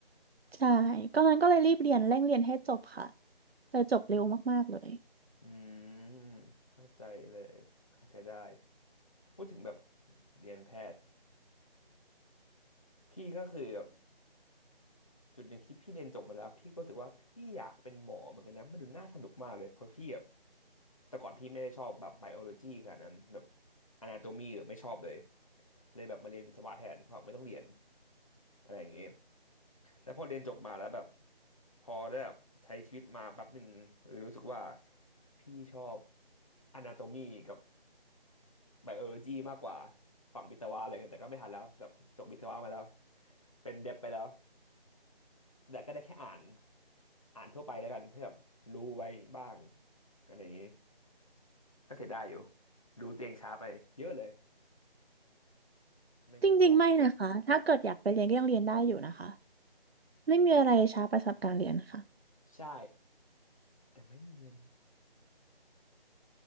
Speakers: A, on the right; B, on the left.
A: ใช่ก็นั้นก็เลยรีบเรียนเร่งเรียนให้จบค่ะเลยจบเร็วมากๆเลย
B: อืมเข้าใจเลย เข้าใจได้ พูดถึงแบบเรียนแพทย์ พี่ก็คือแบบ จุดหนึ่งที่พี่เรียนจบมาแล้วพี่ก็รู้สึกว่าพี่อยากเป็นหมอเหมือนกันนะมันดูน่าสนุกมากเลยเพราะพี่แบบแต่ก่อนพี่ไม่ได้ชอบแบบไบโอโลจีขนาดนั้นแบบอนาโตมีไม่ชอบเลยเลยแบบมาเรียนวิศวะแทนเพราะไม่ต้องเรียนอะไรอย่างเงี้ยแล้วพอเรียนจบมาแล้วแบบพอได้แบบใช้ชีวิตมาแป๊บหนึ่งรู้สึกว่าพี่ชอบอนาโตมีกับไบโอโลจีมากกว่าฝั่งวิศวะอะไรกันแต่ก็ไม่ทันแล้วแบบจบวิศวะมาแล้วเป็นเด็บไปแล้ว แต่ก็ได้แค่อ่านอ่านทั่วไปแล้วกันให้แบบรู้ไว้บ้างอะไรอย่างนี้ก็เสียดายอยู่รู้ตัวเองช้าไปเยอะเลยไม่งั้นคง
A: จริงๆไม่นะคะถ้าเกิดอยากไปเรียนก็ยังเรียนได้อยู่นะคะไม่มีอะไรช้าไปสำหรับการเรียนค่ะ
B: ใช่แต่ไม่มีเงิน